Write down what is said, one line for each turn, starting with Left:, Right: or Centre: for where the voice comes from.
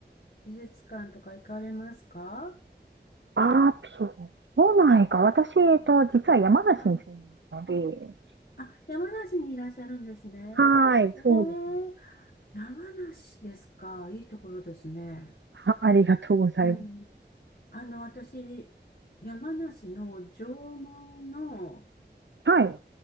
Left: 美術館とか行かれますか
Right: あー、ピー、都内か。私、えっと、実は山梨に住んでるので、
Left: はいあ、山梨にいらっしゃるんですね。
Right: はい、そうですね。
Left: ええ山梨ですか。いいところですね。
Right: は、ありがとうございます。
Left: うん。あの、私、山梨の縄文の、
Right: はい、